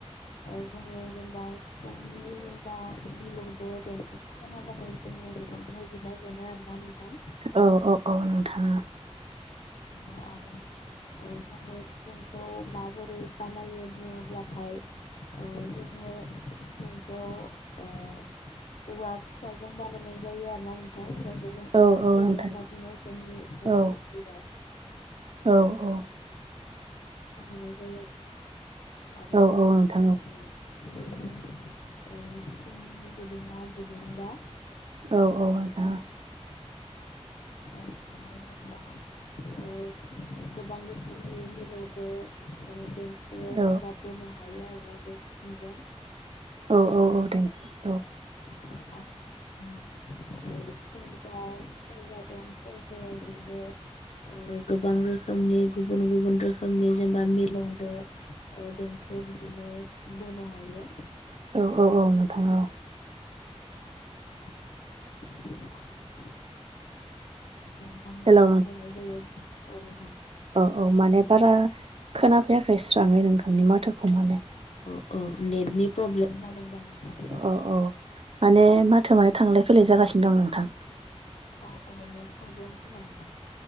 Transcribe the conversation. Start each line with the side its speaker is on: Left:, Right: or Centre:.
Left: ओ जोंङो जेनेबा सिफुंनि जेनेबा मिलौदो देंखो खोनाबाथाय जोंङो जोबोद गोजोननाय मोनो आरोना नोंथां।
Right: औ औ औ नोंथां
Left: <unintelligible> ओ जोंङो सिफुंखौ माबोरै बानायो बुंङोब्लाथाय। औ जोंङो सिफुं खौ ओ औवा फिसाजों बानायनाय जायो आरोना नों थां जायखौ जों
Right: औ
Left: औवा
Right: औ
Left: थेरे
Right: नोंथां
Left: होनना बुङो जोंनि जोंनि
Right: औ
Left: एरियायाव।
Right: औ औ।
Left: बानायनाय जायो आरोना
Right: औ औ नोंथां
Left: नोंथां आरो औ फुंनि ओ सिफुंनि गुदुङा गुदुंबा।
Right: औ औ नोंथां।
Left: ओ बिदिनो जेनेबा। ओ गोबां रोखोमनि मिलौदोें दें ओ
Right: औ
Left: जेनेबा बोनो हायो आरोना बे सिफुंजों।
Right: औ औ औ दे औ।
Left: ओ आरो बिदिनो औ सोरनि जा सेरजादों सेरजाया जोंबो ओ गोबां रोखोमनि गुबुन गुबुन रोखोमनि जेनेबा मि लौदो ओ देंखो बिदिनो बोनो हायो।
Right: औ औ औ नोंथां औ।
Left: <unintelligible> दंफांजों
Right: हेल'
Left: बानायनाय जायो औ नोंथां।
Right: अ औ माने बारा खोनाफैयाखै स्राङै नोंथांनि माथाखौ माने।
Left: ओ ओ नेटनि प्रब्लेम जादोंदां नोंथां।
Right: अ औ माने माथोआ माने थांलाय फैलाय जागासिनो दं नोंथां।
Left: अ अ नेट प्रब्लेमखोना नोंथां।